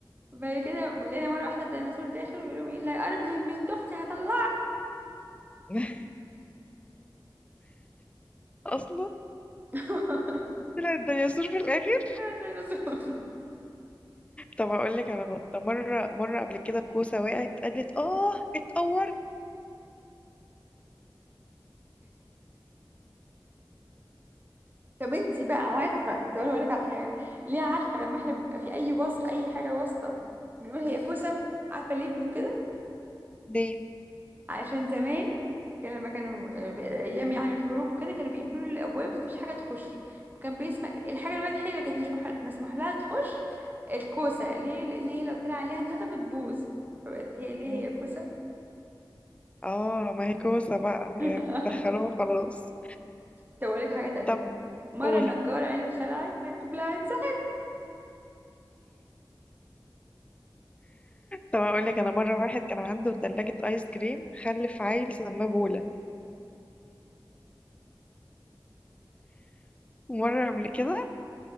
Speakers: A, on the right; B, on the left.
A: بعد كده لقينا مرة واحدة الديناصور داخل ويقول لهم ايه اللي هيقرب من بنت اختي هطلعه
B: <laughs> اصلا
A: <laughs>
B: طلعت الدنيا سور في الاخر
A: ديناصور
B: طب اقول لك على نقطه مره مره قبل كده كوسه وقعت قالت اه اتقورت
A: طب انتي بقى عارفة طب انا اقولك على حاجة ليه عارفة لما احنا بيبقى في اي وصف اي حاجة واسطة بنقول هي كوسة عارفة ليه بنقول كده
B: ليه
A: عشان زمان كان لما كانوا آه، في ايام يعني الحروب وكده كانوا بيقفلوا الابواب مفيش حاجه تخش كان بيسمع الحاجه الوحيده اللي كانت مش مح- مسموح لها تخش الكوسه ليه لان هي لو طلع عليها الندى بتبوظ فبقت هي ليه
B: مم.
A: هي كوسه
B: اه ما هي كوسه بقى
A: <laughs>
B: يعني دخلوها خلاص
A: طب اقول لك حاجه تانية
B: طب
A: مره
B: قولي
A: نجار عين اتخلعت ركب لها عنزه
B: طب اقول لك انا مره واحد كان عنده ثلاجه ايس كريم خلف عيل سماه بولا ومره قبل كده